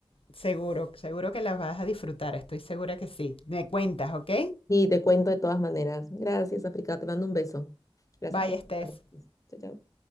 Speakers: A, on the left; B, on the left.
A: Seguro, seguro que las vas a disfrutar, estoy segura que sí. Me cuentas, ¿ok?
B: Y te cuento de todas maneras. Gracias, África. Te mando un beso. Gracias
A: Bye,
B: por
A: Steph.
B: las recomendaciones. Chao, chao.